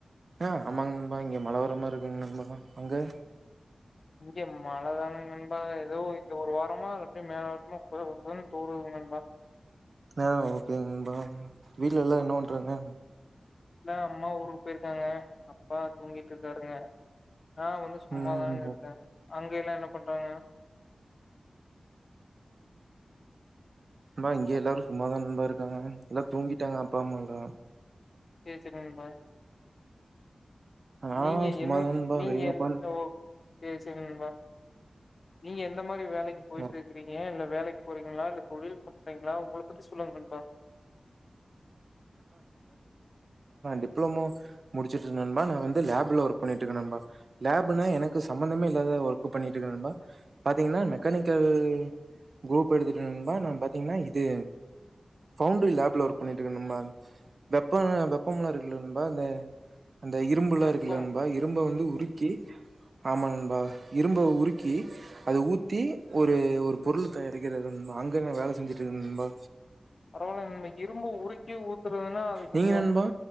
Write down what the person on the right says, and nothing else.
ஆ அமாங் நண்பா இங்க மழை வர்ர மாரி இரு ஏங் நண்பா அங்க
ஆ ஓகேங் நண்பா வீட்ல எல்லாரு என்ன பாண்றாங்க
ம்
நா இங்க எல்லாரு சும்மாதா நண்பா இருக்காங்க எல்லா தூங்கிட்டாங்க அப்பா அம்மால்லா
நா
சும்மாதா
நண்பா
வெளிய
உக்காந்
ஆ
டிப்ளோமோ முடிச்சிட்டு நண்பா நா வந்து லேப்ல ஒர்க் பண்ணிட்டு இருக்க நண்பா லேப்னா எனக்கு சம்மந்தமே இல்லா த ஒர்க் பண்ணிட்டு இருக்க நண்பா பாத்தீங்கனா மெக்கானிக்கல் குரூப் எடுத்துட்டு நண்பா நா பாத்தீங்கனா இது பவுண்டரி லேப்ல ஒர்க் பண்ணிட்டு இருக்க நண்பா வெப்ப வெப்பமல்லா இருக்கல்ல நண்பா இந்த அந்த இரும்பெல்லா
இருக்கல்ல நண்பா இரும்ப வந்து உருக்கி ஆமா நண்பா இரும்ப உருக்கி அத ஊத்தி ஒரு ஒரு பொருள் தயாரிக்கிறது அங்க நா வேல செஞ்சுட்டு இருக்க நண்பா
நீங்க நண்பா